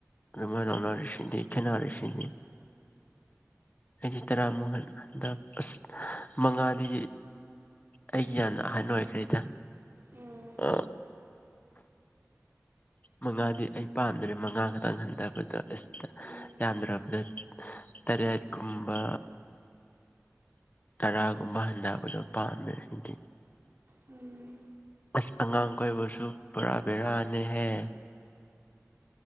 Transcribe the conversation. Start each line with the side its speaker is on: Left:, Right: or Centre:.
Left: ꯑꯗꯨꯃꯥꯏ ꯂꯧꯅꯔꯤꯁꯤꯗꯤ ꯈꯦꯅꯔꯤꯁꯤꯗꯤ ꯑꯩꯗꯤ ꯇꯔꯥꯃꯨꯛ ꯍꯟꯗ ꯑꯁ ꯃꯉꯥꯗꯤ ꯑꯩꯒꯤ ꯌꯥꯝꯅ ꯑꯍꯟ ꯑꯣꯏꯈ꯭ꯔꯦꯗ
Right: ꯎꯝ
Left: ꯑ ꯃꯉꯥꯗꯤ ꯑꯩ ꯄꯥꯝꯗ꯭ꯔꯦ ꯃꯉꯥ ꯈꯛꯇꯪ ꯍꯟꯗꯕꯗ ꯑꯁ ꯇ
Right: ꯎꯝ
Left: ꯌꯥꯝꯗ꯭ꯔꯕꯗ ꯇꯔꯦꯠ ꯀꯨꯝꯕ ꯇꯔꯥꯒꯨꯝꯕ ꯍꯟꯗꯕꯗꯣ ꯄꯥꯝꯃꯦ ꯑꯩꯗꯤ
Right: ꯎꯝ
Left: ꯑꯁ ꯑꯉꯥꯡ ꯀꯣꯏꯕꯁꯨ ꯄꯨꯔꯥ ꯕꯦꯔꯥꯅꯦꯍꯦ